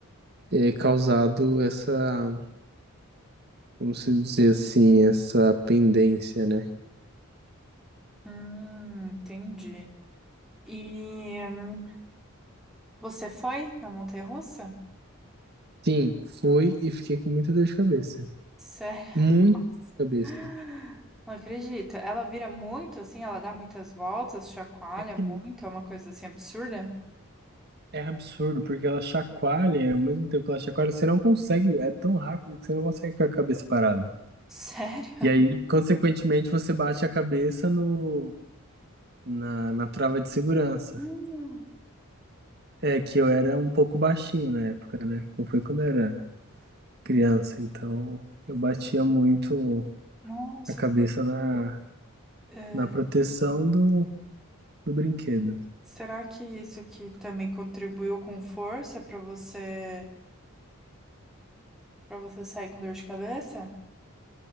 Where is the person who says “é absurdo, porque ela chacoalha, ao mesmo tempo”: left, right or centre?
Right